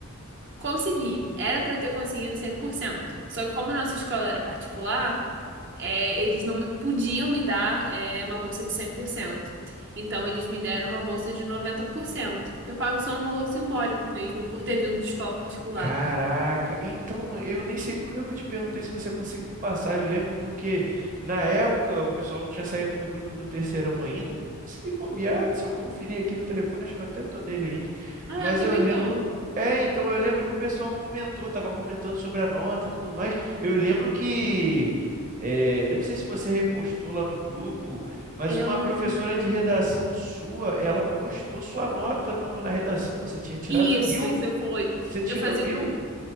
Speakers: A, on the right; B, on the right.
A: Consegui. Era para eu ter conseguido cem por cento Só que como nossa escola era particular, é, eles não me podiam me dar é, uma bolsa de cem por cento Então eles me deram uma bolsa de noventa por cento Eu pago só um valor simbólico mesmo por ter vindo de escola particular.
B: Caraca, então eu nem sei por que que eu te perguntei se você conseguiu passar. Eu lembro porque na época o pessoal não tinha saído do grupo do terceirão ainda. Se bobear, se eu conferir aqui no telefone, acho que eu até tô nele ainda.
A: Ah,
B: Mas
A: eu também
B: eu lembro.
A: tô.
B: É, então eu lembro que o pessoal comentou, tava comentando sobre a nota e tudo mais. Eu lembro que. é, eu não sei se você repostou lá no grupo, mas
A: Eu
B: uma professora
A: não, eu...
B: de redação sua, ela postou sua nota no- na redação. Você tinha tirado
A: Isso,
B: mil.
A: isso foi.
B: Você tirou
A: Eu fazia
B: mil.
A: um